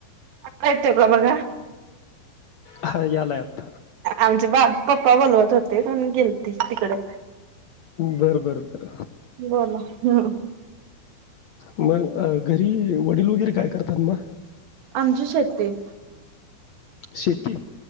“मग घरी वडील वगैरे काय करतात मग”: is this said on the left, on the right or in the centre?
Left